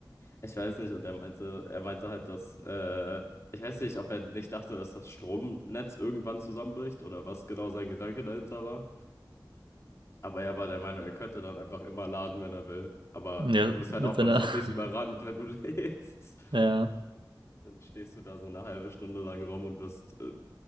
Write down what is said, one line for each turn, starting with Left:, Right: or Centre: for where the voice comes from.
Left: ich weiß nicht, und er meinte, er meinte halt, dass, äh, ich weiß nicht, ob er nicht dachte, dass das Stromnetz irgendwann zusammenbricht oder was genau sein Gedanke dahinter war. Aber er war der Meinung, er könnte dann einfach immer laden, wenn er will. Aber
Right: Ja,
Left: du wirst halt
Right: mit
Left: auch
Right: seiner.
Left: von Zombies
Right: <laughs>
Left: überrannt, wenn du <laughs> lädst.
Right: Ja.
Left: Dann stehst du da so eine halbe Stunde lang rum und wirst, äh,